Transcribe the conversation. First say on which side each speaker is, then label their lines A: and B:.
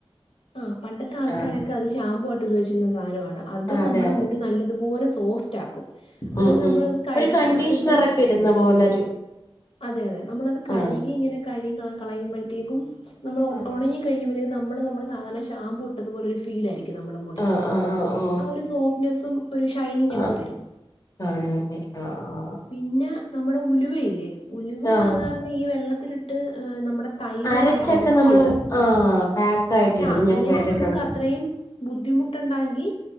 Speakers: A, on the left (about 65°); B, on the left (about 35°).
A: ആ പണ്ടത്തെ ആൾക്കാരൊക്കെ
B: ആഹ്
A: അത് ഷാമ്പു ആയിട്ട് ഉപയോഗിച്ചിരുന്ന സാധനമാണ് അത്
B: അതെ
A: നമ്മുടെ
B: അതെ
A: മുടി നല്ലതുപോലെ സോഫ്റ്റ് അതായത്
B: ഉം ഉം
A: നമ്മൾത് കഴുകിയിട്ട്
B: ഒരു കണ്ടീഷണറൊക്കെ
A: നമ്മള്
B: ഇടുന്ന പോലൊരു
A: അതെ അതെ നമ്മളത് കഴുകി
B: ആഹ്
A: ഇങ്ങനെ കഴുകികള കളയുമ്പോഴത്തേക്കും നമ്മൾ
B: ആഹ്
A: ഉണങ്ങി കഴിയുമ്പഴേക്കും നമ്മൾ നമ്മൾ സാധാരണ ഷാമ്പൂ ഇട്ട് ട്ടതുപോലെ ഒരു ഫീല ആയിരിക്കും നമ്മുടെ മുടിക്ക്
B: ആഹ് ആഹ് ആഹ് ഓഹ്
A: ആ ഒരു സോഫ്റ്റ്നെസും ഒരു ഷൈനിങ് അങ്തരും
B: ആഹ് കാണുവല്ലേ ആഹ് ആഹ്
A: പിന്നെ നമ്മുടെ ഉലുവയില്ലേ ഉലുവ
B: ആഹ്
A: സാധാരണ ഈ വെള്ളത്തിലിട്ട് നമ്മുടെ തൈരുമായിട്ട്
B: അരച്ചൊക്കെ
A: അരച്ചിടും
B: നമ്മള് ആഹ് പാക്കായിട്ട്
A: പക്ഷെ
B: ഇടും
A: അങ്ങനെ
B: ഞാൻ കേട്ടിട്ടുണ്ട്
A: നമുക്ക് അത്ര ത്രയും ബുദ്ധിമുട്ടുണ്ടാങ്കി